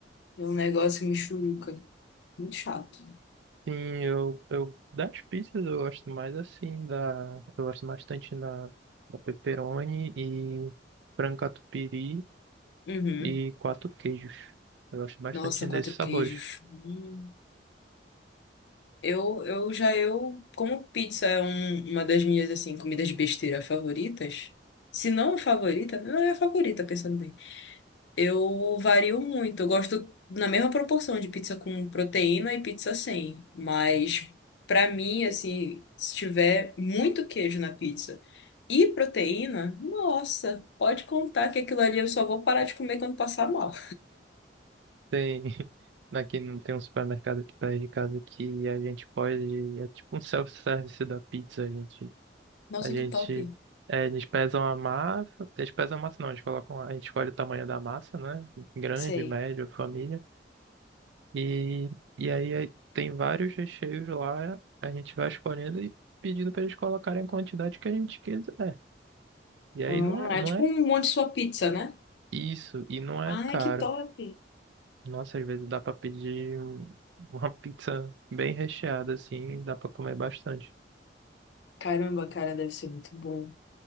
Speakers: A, on the left; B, on the right.
A: é um negócio mexuruca. Muito chato.
B: Sim, eu, eu das pizzas eu gosto mais assim da eu gosto bastante da, da pepperoni e frango catupiry
A: Uhum.
B: e quatro queijos. Eu gosto bastante
A: Nossa,
B: desses
A: quatro
B: sabores.
A: queijos. Hum. Eu, eu já eu como pizza é um- uma das minhas assim comidas besteira favoritas. Se não a favorita, não é a favorita, pensando bem. Eu vario muito. Eu gosto na mesma proporção de pizza com proteína e pizza sem. Mas pra mim, assim, se tiver muito queijo na pizza e proteína, nossa, pode contar que aquilo ali eu só vou parar de comer quando passar mal.
B: Tem <laughs> aqui não tem um supermercado aqui perto de casa que a gente pode é tipo um self-service da pizza, a gente
A: Nossa,
B: a gente
A: que top.
B: é, eles pesam a massa, eles pesam a massa não, eles colocam a gente escolhe o tamanho da massa, né? Grande,
A: Sei.
B: médio, família. E, e aí aí tem vários recheios lá, a gente vai escolhendo e pedindo para eles colocarem a quantidade que a gente quiser. E aí
A: Hum,
B: não é,
A: é
B: não
A: tipo
B: é
A: um monte de sua pizza, né?
B: isso, e não é
A: Ai,
B: caro.
A: que top.
B: Nossa, às vezes dá para pedir um- uma pizza bem recheada assim, dá para comer bastante.
A: Caramba, cara, deve ser muito bom.